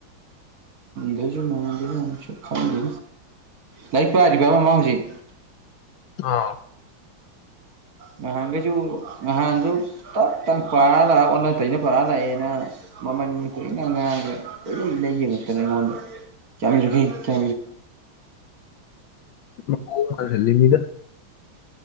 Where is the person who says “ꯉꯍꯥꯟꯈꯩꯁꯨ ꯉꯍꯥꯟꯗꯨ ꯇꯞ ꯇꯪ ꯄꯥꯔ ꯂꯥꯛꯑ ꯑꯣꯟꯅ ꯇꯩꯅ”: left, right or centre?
Right